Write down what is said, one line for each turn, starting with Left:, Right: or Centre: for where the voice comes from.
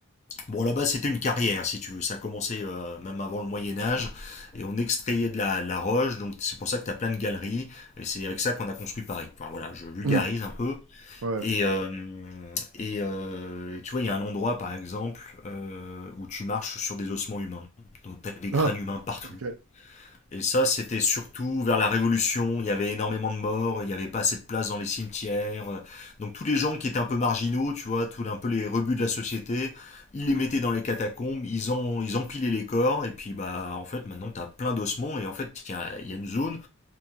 Left: Bon, là-bas, c'était une carrière, si tu veux. Ça a commencé euh, même avant le Moyen Âge, et on extrayait de la, de la roche, donc c'est pour ça que tu as plein de galeries, et c'est avec ça qu'on a construit Paris. Enfin voilà, je vulgarise
Right: Mhm.
Left: un peu.
Right: Ouais, ouais,
Left: Et, euh, et euh, tu vois, il y a un endroit, par exemple, euh, où tu marches sur des ossements humains. Donc t'as des crânes
Right: Ah,
Left: humains partout.
Right: ok,
Left: Et ça, c'était surtout vers la Révolution. Il y avait énormément de morts, il n'y avait pas assez de place dans les cimetières. Donc tous les gens qui étaient un peu marginaux, tu vois, tous un peu les rebuts de la société, ils les mettaient dans les catacombes, ils, en, ils empilaient les corps. Et puis, bah, en fait, maintenant, t'as plein d'ossements. Et en fait, il y a, il y a une zone,